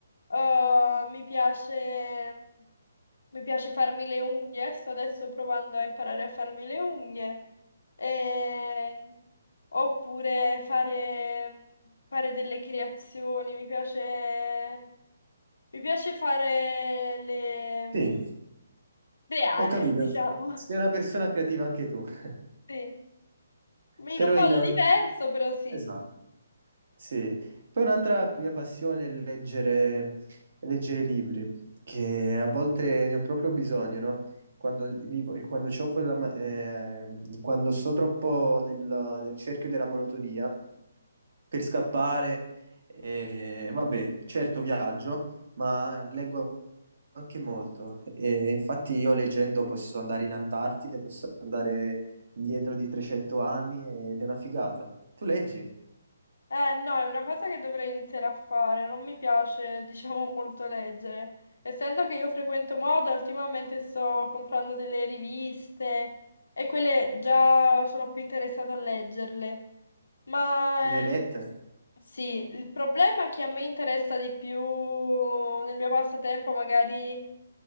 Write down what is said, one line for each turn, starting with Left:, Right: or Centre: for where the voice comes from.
Left: eh, mi piace, mi piace farmi le unghie, sto adesso provando a imparare a farmi le unghie, E- oppure fare, fare delle creazioni, mi piace, mi piace fare le...
Right: Sì,
Left: creare,
Right: ho capito.
Left: <laughs> diciamo,
Right: Sei una persona creativa anche tu. <laughs>
Left: sì. In
Right: Però
Left: un modo
Right: in...
Left: diverso, però sì.
Right: Esatto, sì. Poi un'altra mia passione è leggere, leggere libri, che a volte ne ho proprio bisogno, no? Quando vivo, quando c'ho quella, ma- eh, quando sto troppo nel, nel cerchio della monotonia, per scappare, eh, vabbè, certo viaggio, ma leggo anche molto. E infatti io leggendo posso andare in Antartide, posso andare dietro di 300 anni ed è una figata. Tu leggi e
Left: Eh, no, è una cosa che dovrei iniziare a fare. Non mi piace, diciamo, <laughs> molto leggere. Essendo che io frequento moda, ultimamente sto comprando delle riviste e quelle già sono più interessata a leggerle. Ma
Right: le hai lette,
Left: eh, sì, il problema è che a me interessa di più nel mio passatempo magari